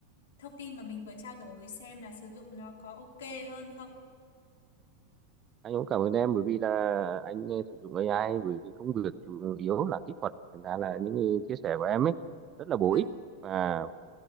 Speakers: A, on the left; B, on the right.
A: thông tin mà mình vừa trao đổi xem là sử dụng nó có ok hơn không.
B: anh cũng cảm ơn em bởi vì là anh ờ, sử dụng AI với cái công việc chủ yếu là kỹ thuật thành ra là những cái chia sẻ của em ấy rất là bổ
A: Vâng.
B: ích và